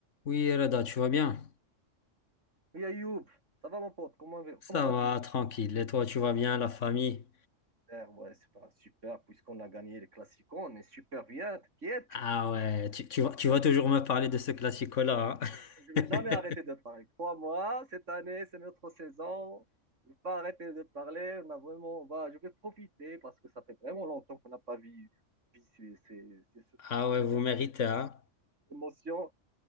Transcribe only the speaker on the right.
Oui, Ayoub, ça va mon pote, comment,
comment vas-tu?
Super, ouais, c'est pas super, puisqu'on a gagné les classiques, on est super bien, t'inquiète.
Je vais
jamais arrêter de
parler. Crois-moi, cette année, c'est notre saison. Je vais pas arrêter de parler, on a vraiment, on va- je vais profiter parce que ça fait vraiment longtemps qu'on n'a pas vu, vu ces, ces, ces- ces-
ces
émotions.